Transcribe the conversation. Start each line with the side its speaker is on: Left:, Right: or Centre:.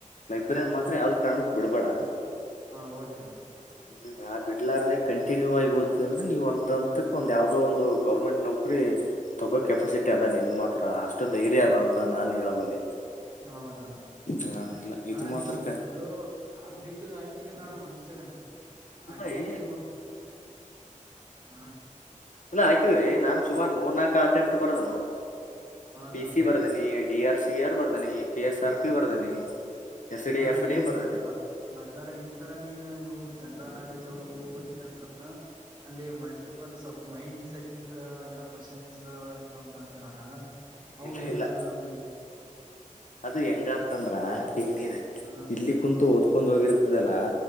Left: ಲೈಬ್ರರಿ
Right: ಹಾ
Left: ಮಾತ್ರ ಯಾವ್ದ ಕಾರಣ ಬಿಡ್ಬೇಡ
Right: ಹಾ ಓಕೆಣ
Left: ಹ್ಮ್ ಬಿಡ್ಲಾರ್ದ ಕಂಟಿನ್ಯೂ ಆಗಿ ಓದಿದಂದ್ರ ನೀವ್ ಒಂದಂತಕ್ ಒಂದ್ ಯಾವ್ದೋ ಒಂದು ಗೌರ್ಮೆಂಟ್ ನೌಕ್ರರಿ ತಗೋ ಕೆಪಾಸಿಟಿ ಅದ ನಿನ್ಗ್ ಮಾತ್ರ ಅಷ್ಟು ಧೈರ್ಯ ಅದ ಅಂತ ನಾನ್ ಹೇಳಬಲ್ಲೆ.
Right: ಹೌದಣ <unintelligible>
Left: ಹ ಇಲ್ಲ ಇದು
Right: ಅಣ
Left: ಮಾತ್ರ
Right: ನೀವ್
Left: ಕ
Right: ಇದು ಕಾಂಪಿಟೇಟಿವ್ ಆಕಿರಿಲ್ಲಣ ಒನ್ ಸರೆನ
Left: ಹಾ,
Right: ಆಕಿವ್ರಿ
Left: ಏ
Right: ಬ ಹ ಅಣ
Left: ಇಲ ಹಾಕಿವಿ ನಾನ್ ಸುಮಾರು ಮೂರ್ ನಾಕ್ ಅಟ್ಟೆಂಪ್ಟ್ ಬರ್ದುನೋ.
Right: ಹೌದೌದಣ್ಣ
Left: ಪಿಸಿ ಬರದನೀ ಡಿ ಆರ್ ಸಿ ಆರ್ ಬರ್ದನಿ ಕೆ ಎಸ್ ಆರ್ ಪಿ ಬರ್ದನಿ. ಎಫ್
Right: ಇಲ್ಲ
Left: ಡಿ
Right: ಅಣ್ಣ
Left: ಎಫ್ ಡಿ
Right: ಈಗ
Left: ಬರ್ದೇನೆ
Right: ಬ ಬರ್ದಾರ ಈ ತರ ನೀನ್ ಇವು ಜನರಲ್ ಜನರಲ್ ನಾಲೆಜ್ ಅವು ಇವು ಓದ್ಕೊಂಡ್ರುನು ಅಲ್ಲಿ ಮಲ್ಟಿಪಲ್ ಸ್ವಲ್ಪ್ ಮೈಂಡ್ ಸೆಟ್ ಇಂದ ಎಲ್ಲಾ ಕ್ವಶನ್ಸ್ ಗಳು ಇರ್ತಾವಂತಂದ್ರನ ಅವು
Left: ಇಲ್ಲ
Right: ಹೆಂಗ
Left: ಇಲ್ಲ
Right: ನಮ್ಗ
Left: ಅದು ಹೆಂಗ ಆತಂದ್ರ ಈಗ್ ನೀನ್
Right: ಹ
Left: ಇಲ್ಲಿ ಕುಂತು ಓ ಕೊಂಡ್ ಹೋಗಿರ್ತದಲ